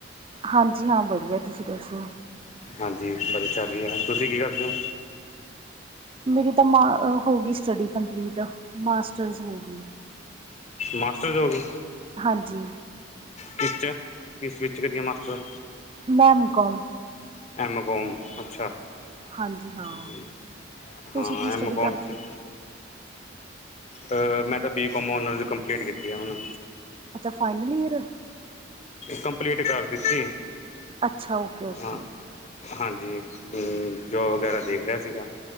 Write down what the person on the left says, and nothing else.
ਹਾਂਜੀ ਬਸ ਵਧੀਆ ਚੱਲ ਰਹੀ ਆ ਤੁਸੀਂ ਕੀ ਕਰਦੇ ਹੋ।
ਮਾਸਟਰ ਹੋਗੀ।
ਕਿਸ ਚ ਕਿਸ ਵਿਚ ਕਰੀ ਆ ਮਾਸਟਰ।
ਐੱਮ ਕੋਮ ਅੱਛਾ।
ਹੂੰ
ਹਾਂ
ਐਮ ਕੋਮ
ਚ।
ਅ ਮੈਂ ਤਾਂ B com com honours complete ਕੀਤੀ ਆ ਹੁਣ।
ਕੰਪਲੀਟ ਕਰ ਦਿੱਤੀ।
ਹਾਂ ਹਾਂਜੀ ਜੋਬ ਵਗੈਰਾ ਦੇਖ ਰਿਹਾ ਸੀਗਾ